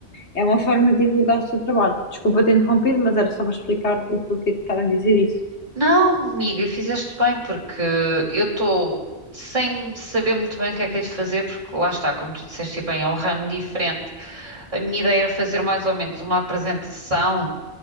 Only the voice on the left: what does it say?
é uma forma de divulgar o seu trabalho. Desculpa ter interrompido, mas era só para explicar o porquê de estar a dizer isso.